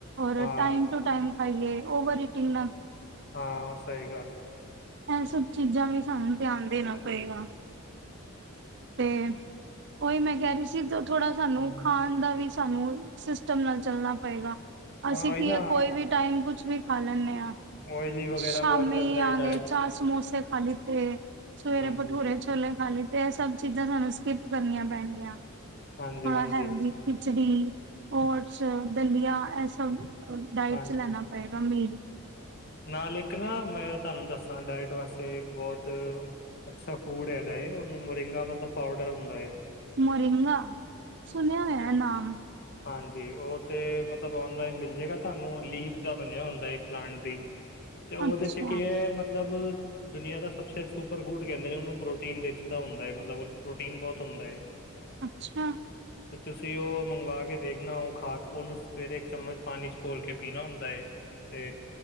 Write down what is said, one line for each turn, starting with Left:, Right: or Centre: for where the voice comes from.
Right: ਰ
Left: ਹਾਂ,
Right: ਟਾਈਮ ਟੂ ਟਮ ਖਾਈਏ ਓਵਰ ਟਿੰਗ
Left: ਹਾਂ ਸਹੀ ਗੱਲ ਹੈ
Right: ਇਹ ਸਭ ਚੀਜ਼ਾਂ ਵੀ ਸਾਨੂੰ ਧਿਆਨ ਦੇਣਾ ਪਏਗਾ ਤੇ ਉਹੀ ਮੈਂ ਕਹਿ ਰਹੀ ਸੀ ਥੋੜਾ ਸਾਨੂੰ
Left: ਹੂੰ
Right: ਖਾਣ ਦਾ ਵੀ ਸਾਨੂੰ ਸਿਸਟਮ ਨਾਲ ਚੱਲਣਾ ਪਏਗਾ
Left: ਹਾਂ
Right: ਅਸੀਂ
Left: ਉਹੀ
Right: ਕੀ
Left: ਨਾ
Right: ਕੋਈ ਵੀ ਟਾਈਮ ਕੁਛ ਵੀ ਖਾ ਲੈਂਦੇ ਹਾਂ
Left: ਓਇਲੀ ਵਗੈਰਾ
Right: ਸ਼ਾਮੀ
Left: ਬਹੁਤ ਚੱਲਦਾ
Right: ਆ
Left: ਏ ਡਾਇਟ
Right: ਗਏ ਚਾਹ
Left: ਚ
Right: ਸਮੋਸੇ ਖਾ ਲਤੇ ਸਵੇਰੇ
Left: ਹਾਂਜੀ,
Right: ਭਠੂਰੇ ਚਲੇ ਹਾਲੀ ਤੇ ਇਹ ਸਭ ਚੀਜ਼ਾਂ ਸਾਨੂੰ ਸਕਿਪ ਕਰਨੀਆਂ ਪੈਣਗੀਆਂ ਥੋੜਾ
Left: ਹਾਂਜੀ, ਹਾਂਜੀ,
Right: ਹੈਲਦੀ ਖਚੜੀ, ਓਟਸ, ਦਲੀਆ ਇਹ ਸਭ ਡਾਇਟ
Left: ਹਾਂਜੀ
Right: ਚ ਲੈਣਾ ਪਏਗਾ ਮੀਲ
Left: ਨਾਲ ਇੱਕ ਨਾ ਮੈਂ ਤੁਹਾਨੂੰ ਦੱਸਾਂ ਡਾਇਟ ਵਾਸਤੇ ਬਹੁਤ ਅੱਛਾ ਫੂਡ ਹੈਗਾ ਉਹਨੂੰ ਮੋਰਿੰਗਾ ਮਤਲਬ ਪਾਊਡਰ ਹੁੰਦਾ ਹੈ
Right: ਮੋਰਿੰਗਾ ਸੁਣਿਆ ਹੋਇਆ
Left: ਤੇ
Right: ਨਾਮ
Left: ਹਾਂਜੀ ਉਹ ਤੇ ਮਤਲਬ ਓਨਲਾਈਨ ਮਿਲ ਜਾੇਗਾ ਤੁਹਾਨੂੰ ਲੀਵ ਦਾ ਬਣਿਆ ਹੁੰਦਾ ਹੈ ਪਲਾਂਟ ਦੀ ਤੇ ਉਹਦੇ
Right: ਅੱਛਾ
Left: ਚ ਕੀ ਹੈ ਮਤਲਬ ਦੁਨੀਆਂ ਦਾ ਸਬ ਸੁਪਰ ਫੂਡ ਕਹਿੰਦੇ ਨੇ ਉਹਨੂੰ ਪ੍ਰੋਟੀਨ ਦਾ ਹੁੰਦਾ ਮਤਲਬ ਪ੍ਰੋਟੀਨ ਬਹੁਤ ਹੁੰਦਾ ਹੈ
Right: ਅੱਛਾ
Left: ਤੇ ਤੁਸੀਂ ਉਹ ਮੰਗਵਾ ਕੇ ਕੇ ਦੇਖਣਾ ਉਹ ਖਾ ਕੇ ਉਹਨੂੰ ਸਵੇਰੇ ਇੱਕ ਚਮਚ ਪਾਣੀ ਚ ਘੋਲ ਕੇ ਪੀਣਾ ਹੁੰਦਾ ਤੇ